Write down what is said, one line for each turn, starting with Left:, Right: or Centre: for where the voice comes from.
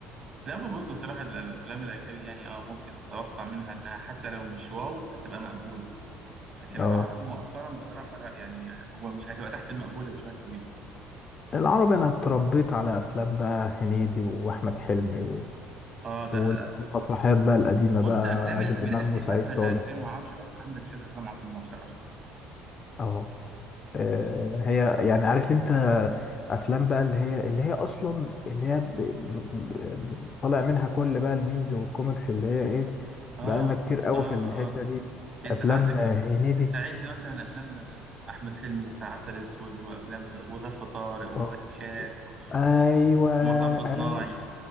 Right: لا هو بص بصراحة ال- الأفلام الأجنبي يعني اه ممكن تتوقع منها إنها حتى لو مش واو هتبقى مقبولة لكن
Left: اه
Right: العربي مؤخرا بصراحة لا يعني هو مش هتبقى تحت المقبولة بشوية حلوين
Left: العربي انا اتربيت على افلام بقى هنيدي واحمد حلمي و...
Right: اه ده
Left: وال-
Right: ده-
Left: والمسرحيات بقى القديمة
Right: بص
Left: بقى
Right: ده أفلام
Left: عادل
Right: ال-
Left: امام
Right: من 2000
Left: وسعيد
Right: مثلا
Left: صالح
Right: ل 2010 عندك شوية أفلام عظيمة بصراحة
Left: اه آه، هي يعني عارف انت افلام بقى اللي هي اللي هي اصلا اللي هي ب... ب... ب... طالع منها كل بقى الميمز والكوميكس اللي هي ايه
Right: اه
Left: بقالنا كتير قوي
Right: اه
Left: في الحتة
Right: اه
Left: دي
Right: أنت
Left: افلام
Right: عندك
Left: آه، هنيدي
Right: أنت عد مثلا أفلام أحمد حلمي بتاع عسل أسود وأفلام وظرف طارق وزكي
Left: آه.
Right: شان و-
Left: ايوه
Right: ومطب صناعي
Left: أيوة،